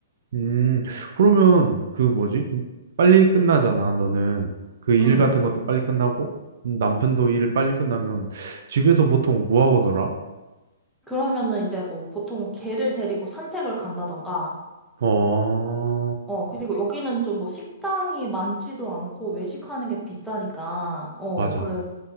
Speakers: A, on the right; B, in the centre.
A: 음, 그러면 그 뭐지? 빨리 끝나잖아, 너는. 그 일
B: 음.
A: 같은 것도 빨리 끝나고 남편도 일 빨리 끝나면 집에서 보통 뭐 하고 놀아?
B: 그러면은 이제 뭐 보통 개를 데리고 산책을 간다던가,
A: 어,
B: 어, 그리고 여기는 좀 뭐 식당이 많지도 않고 외식하는 게 비싸니까, 어,
A: 맞아.
B: 그래서,